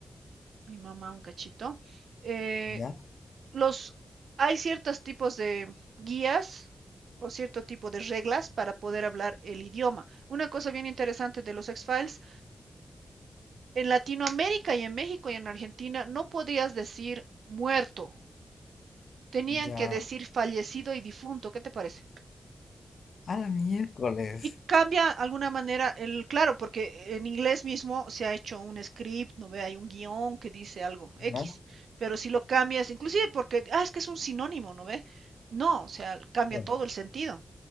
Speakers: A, on the right; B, on the left.
A: mi mamá un cachito. Eh,
B: ya,
A: los, hay ciertos tipos de guías o cierto tipo de reglas para poder hablar el idioma. Una cosa bien interesante de los X-Files, en Latinoamérica y en México y en Argentina no podrías decir muerto, tenían
B: ya.
A: que decir fallecido y difunto, ¿qué te parece?
B: A la miércoles.
A: Y cambia de alguna manera el, claro, porque en inglés mismo se ha hecho un script, no ve, hay un guión que dice algo X,
B: ¿no?
A: pero si lo cambias, inclusive porque, ah, es que es un sinónimo, no ve, no, o sea, cambia
B: Bueno,
A: todo el sentido.